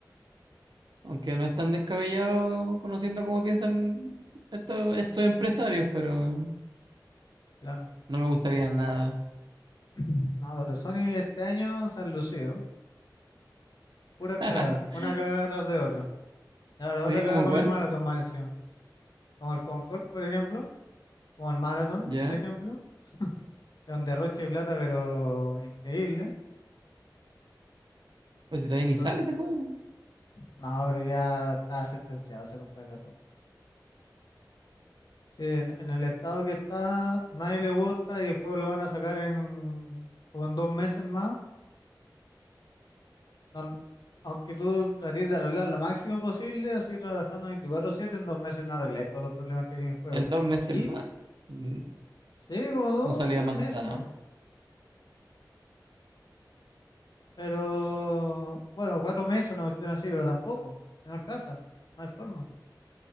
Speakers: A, on the right (about 80°); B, on the left (about 65°).
A: Aunque no es tan descabellado conociendo cómo piensan estos, estos empresarios, pero
B: Claro.
A: no me gustaría nada.
B: <clears throat> No, los de Sony este año se han lucido. Pura cagada,
A: <laughs>
B: una cagada tras de otra. Y ahora
A: ¿Sí?
B: otra cagada
A: ¿Cómo
B: con
A: cuál?
B: el Marathon más encima. Como el Concord, por ejemplo. como el Marathon,
A: ¿Ya?
B: por ejemplo, es un derroche de plata, pero increíble.
A: Pues si todavía
B: Entonces,
A: ni sale ese juego.
B: no, pero ya está sentenciado a ser un fracaso. Si en, en el estado que está, nadie le gusta y el juego lo van a sacar en, como en dos meses más, no- aunque tú trates de arreglar lo máximo posible, así trabajando 24/7, en dos meses no arreglas todos los problemas que tiene el juego.
A: En dos meses
B: Y
A: más. mm,
B: sí, como dos
A: No salía
B: tres
A: más
B: meses
A: tarde.
B: más, pero bueno, cuatro meses, no cuestión así, pero tampoco, no alcanzan, no hay forma.